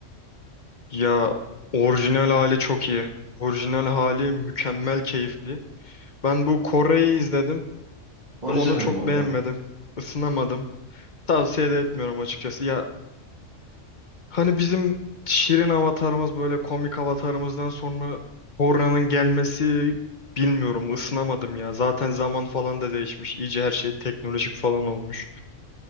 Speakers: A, on the left; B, on the right.
A: Ya orijinal hali çok iyi. Orijinal hali mükemmel keyifli. Ben bu Koray'ı izledim.
B: Onu
A: Onu
B: izlemedim
A: çok
B: orada.
A: beğenmedim. Isınamadım. Tavsiye de etmiyorum açıkçası. Ya hani bizim şirin avatarımız böyle komik avatarımızdan sonra Koray'ın gelmesi bilmiyorum ısınamadım ya. Zaten zaman falan da değişmiş. İyice her şey teknolojik falan olmuş.